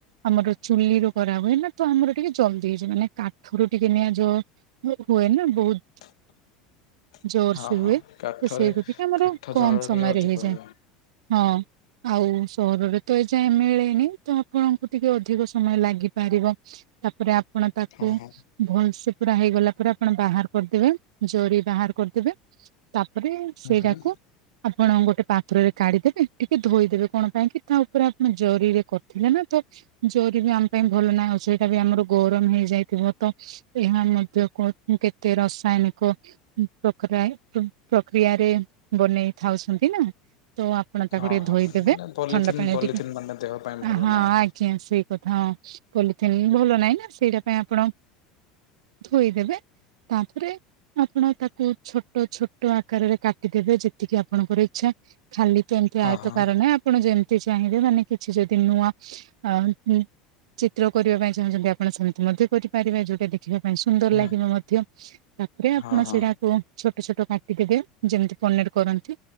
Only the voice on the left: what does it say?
<inaudible>
ହଁ
ହଁ
କାଠରେ
କାଠ ଜାଳରେ
ଟିକେ
ଅଧିକ
ହୁଏ।
ହଁ ହଁ
ହୁଁ ହୁଁ
ହଁ
ହଁ
ମାନେ ପଲିଥିନ୍
ପଲିଥିନ୍
ମାନେ ଦେହ ପାଇଁ ଭଲ
ନାହିଁ।
ହଁ
ହଁ
ହୁଁ
ହଁ ହଁ